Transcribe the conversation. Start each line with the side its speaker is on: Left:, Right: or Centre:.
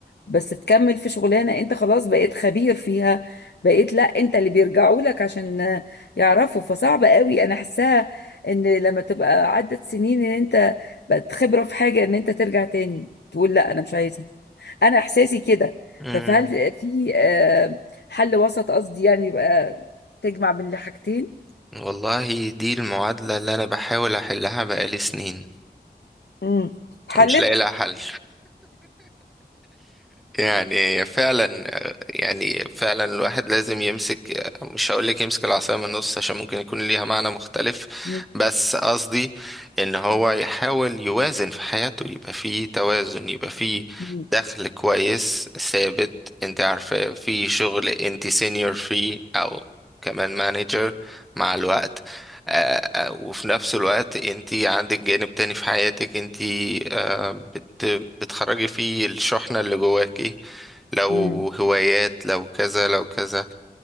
Left: بس تكمل في شغلانة انت خلاص بقيت خبير فيها بقيت لا انت اللي بيرجعوا لك عشان يعرفوا فصعب قوي انا حاساها ان لما تبقى عدت سنين ان انت بقت خبرة في حاجة ان انت ترجع تاني تقول لا انا مش عايزها انا احساسي كده
Centre: مم.
Left: فهل في آه، حل وسط قصدي يعني يبقى تجمع بين الحاجتين
Centre: والله دي المعادلة اللي انا بحاول احلها بقالي سنين
Left: امم حلت
Centre: مش لاقي لها حل يعني فعلا يعني فعلا الواحد لازم يمسك مش هقول لك يمسك العصاية من النص عشان ممكن يكون ليها معنى مختلف
Left: مم.
Centre: بس قصدي ان هو يحاول يوازن في حياته يبقى فيه توازن يبقى فيه
Left: مم.
Centre: دخل كويس ثابت انت عارفة في شغل انت سينيور فيه او كمان مانجر مع الوقت آه، آه، وفي نفس الوقت انت عندك جانب تاني في حياتك انت بت... بتخرجي فيه الشحنة اللي جواكي لو
Left: مم.
Centre: هوايات لو كذا لو كذا